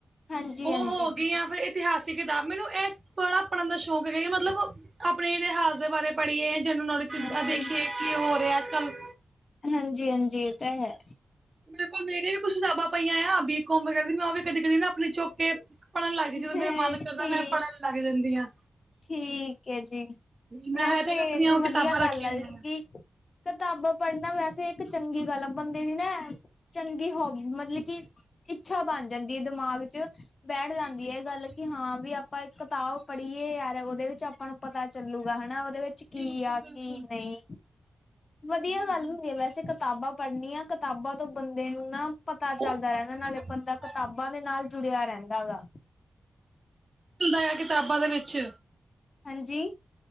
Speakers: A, on the left (about 55°); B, on the right (about 45°).
A: ਹਾਂਜੀ
B: ਓ
A: ਹਾਂਜੀ
B: ਹੋ ਗਈਆਂ, ਫਿਰ ਇਤਿਹਾਸਿਕ ਕਿਤਾਬ ਮੈਨੂੰ ਏਹ ਬੜਾ ਪੜ੍ਹਨ ਦਾ ਸ਼ੌਂਕ ਹੈਗਾ, ਮਤਲਬ ਆਪਣੇ ਇਤੇਹਾਸ ਦੇ ਬਾਰੇ ਪੜ੍ਹੀ, ਜਨਰਲ ਨੌਲਜ ਚੀਜਾਂ
A: ਹਾਂਜੀ
B: ਦੇਖੀਏ।
A: ਹਾਂਜੀ
B: ਕੀ ਹੋ ਰੇਆ ਅੱਜ ਕੱਲ੍ਹ?
A: ਹਾਂਜੀ- ਹਾਂਜੀ, ਏਹ ਤਾਂ ਹੈ।
B: ਮੇਰੇ ਕੋਲ ਮੇਰੀ ਵੀ, ਕੁਛ ਕਿਤਾਬਾਂ ਪਈਆਂ ਆ, ਬੀ-ਕੋਮ ਵਗੈਰਾ ਦੀ, ਮੈਂ ਓ ਵੀ ਕਦੀ- ਕਦੀ ਨਾ ਆਪਣੀ ਚੁੱਕ ਕੇ ਪੜ੍ਹਨ ਲੱਗ ਜਾਂਦੀ
A: ਠੀਕ
B: ਆ, ਜਦੋਂ ਮੇਰਾ ਮਨ ਕਰਦਾ ਮੈਂ ਪੜ੍ਹਨ ਲੱਗ ਜਾਂਦੀ ਆਂ
A: ਠੀਕ ਐ ਜੀ,
B: ਮੈਂ
A: ਵੈਸੇ
B: ਹਜੇ ਤੱਕ ਆਪਣੀਆਂ ਉਹ
A: ਵਧੀਆ
B: ਕਿਤਾਬਾਂ ਰੱਖੀਆਂ
A: ਗੱਲ ਆ
B: ਹੋਈਆਂ
A: ਕਿਉਂਕਿ ਕਿਤਾਬਾਂ ਪੜ੍ਹਨਾ, ਵੈਸੇ ਇੱਕ ਚੰਗੀ ਗੱਲ ਆ, ਬੰਦੇ ਦੀ ਨਾ ਚੰਗੀ ਹੋਬ, ਮਤਲਬ ਕਿ, ਇੱਛਾ ਬਨ ਜਾਂਦੀ ਐ ਦਿਮਾਗ ਚ ਬੈਠ ਜਾਂਦੀ
B: ਜੀ ਬਿਲਕੁਲ
A: ਐ ਏਹ ਗੱਲ
B: ਬਿਲਕੁਲ
A: ਕਿ, ਹਾਂ ਵੀ ਆਪਾਂ ਇੱਕ ਕਤਾਬ ਪੜ੍ਹੀਏ ਅੱ ਉਦੇ ਵਿੱਚ ਆਪਾਂ ਨੂੰ ਪਤਾ ਚੱਲੂਗਾ, ਹੈਨਾ ਉਦੇ ਵਿੱਚ ਕੀ
B: ਬਿਲਕੁਲ
A: ਆ ਕੀ
B: ਬਿਲਕੁਲ
A: ਨਈ ਵਧੀਆ
B: ਜੀ ਜੀ
A: ਗੱਲ ਹੁੰਦੀ ਹੈ। ਵੈਸੇ ਕਿਤਾਬਾਂ ਪੜਨੀਆਂ, ਕਿਤਾਬਾਂ ਤੋਂ ਬੰਦੇ ਨੂੰ ਨਾ ਪਤਾ ਚੱਲਦਾ
B: ਬਹੁਤ
A: ਰੈਂਦਾ
B: ਕੁਛ ਸਿੱਖਣ
A: ਨਾਲੇ, ਬੰਦਾ
B: ਨੂੰ ਮਿਲਦਾ
A: ਕਿਤਾਬਾਂ
B: ਆ
A: ਦੇ ਨਾਲ ਜੁੜੇਆ ਰੈੰਦਾ ਗਾ।
B: ਹੁੰਦੈ ਆ ਕਿਤਾਬਾਂ ਦੇ ਵਿੱਚ
A: ਹਾਂਜੀ।